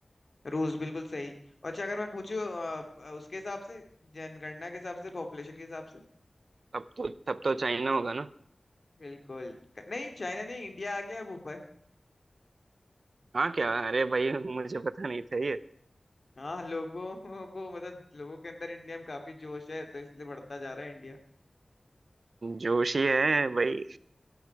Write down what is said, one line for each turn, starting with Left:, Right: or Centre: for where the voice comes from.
Left: रूस बिल्कुल सही अच्छा अगर मैं पूछूँ उसके हिसाब से जनगणना के हिसाब से पॉपुलेशन के हिसाब से
Right: तब तो तब तो चाइना होगा
Left: बिल्कुल क- नहीं चाइना नहीं इंडिया आ गया अब ऊपर
Right: हाँ क्या अरे भाई मुझे पता नहीं था ये
Left: हाँ लोगों को मतलब लोगों के अंदर इंडिया में काफी जोश है तो इसलिए बढ़ता जा रहा है इंडिया
Right: जोशी है भाई